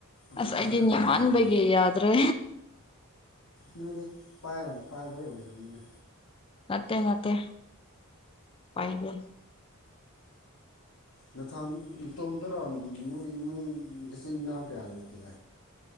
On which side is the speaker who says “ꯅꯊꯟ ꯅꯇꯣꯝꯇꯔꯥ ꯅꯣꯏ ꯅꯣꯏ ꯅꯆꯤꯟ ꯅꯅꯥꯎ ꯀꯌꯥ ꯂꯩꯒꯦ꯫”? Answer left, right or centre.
Left